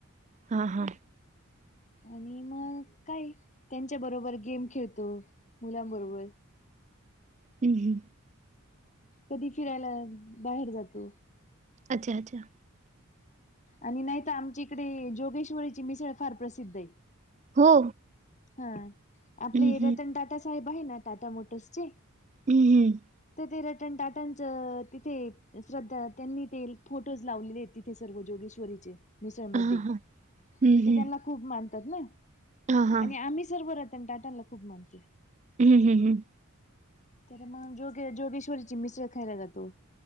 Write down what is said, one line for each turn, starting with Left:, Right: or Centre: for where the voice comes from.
Right: हा हा.
Left: आणि मग काय त्यांच्या बरोबर गेम खेळतो मुलांबरोबर.
Right: हम् ह.
Left: कधी फिरायला बाहेर जातो.
Right: अच्छा अच्छा.
Left: आणि नाहीत आमच्या इकडे जोगेश्वरीची मिसळ फार प्रसिद्ध आहे.
Right: हो.
Left: हा आपले
Right: हम्म हम्म
Left: रतन टाटा साहेब आहे ना टाटा मोटर्सचे.
Right: हम् हम्म.
Left: तर ते रटन टाटाच तिथे श्रद्धा त्यांनी ते फोटोज लावलेले तिथे सर्व जोगेश्वरीचे मिसळ मध्ये
Right: हा
Left: ते
Right: हा हम्म हम्म
Left: त्यांना खूप मानतात ना
Right: हा हा
Left: आणि आम्ही सर्व रतन टाटनला खूप मानतो.
Right: हम् हम हम.
Left: तर मग जोगे जोगेश्वरीची मिसळ खायला जातो.